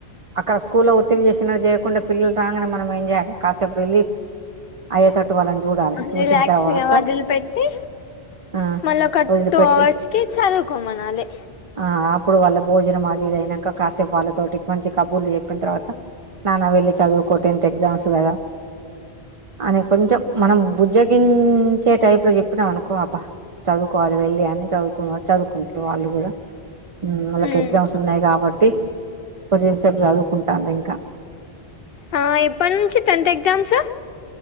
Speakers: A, on the right (about 35°); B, on the left (about 65°).
A: అక్కడ స్కూల్లో ఒత్తిడి చేసినట్డు చేయకుండా పిల్లలు రాగానే మనం ఏం చేయాలి కాసేపు రిలీఫ్ అయ్యే తట్టు వాళ్ళని చూడాలి చూసిన
B: రిలాక్స్గా
A: తర్వాత
B: వదిలి పెట్టి
A: ఆ
B: మళ్ళ ఒక
A: వదిలిపెట్టి
B: టూ అవర్స్ కి చదువుకోమనాలి
A: ఆ అప్పుడు వల్ల భోజనం అది ఇది అయినాక కాసేపు వాళ్ళతోటి మంచి కబుర్లు చెప్పిన తర్వాత నానా వెళ్ళి చదువుకో టెన్త్ ఎగ్జామ్స్ కదా అని కొంచెం మనం బుజ్జగిం చే టైప్ లో చెప్పినావ్ అనుకో అబ్బా చదువుకోవాలి వెళ్ళి అని చదువుకు చదువుకుంట్రు వాళ్ళు కూడా మ్మ్ వాళ్ళకి
B: ఉమ్
A: ఎగ్జామ్స్ ఉన్నాయి కాబట్టి కొంచెం సేపు చదువుకుంటాన్రు ఇంకా
B: ఆ ఎప్పటి నుంచి టెన్త్ ఎగ్జామ్స్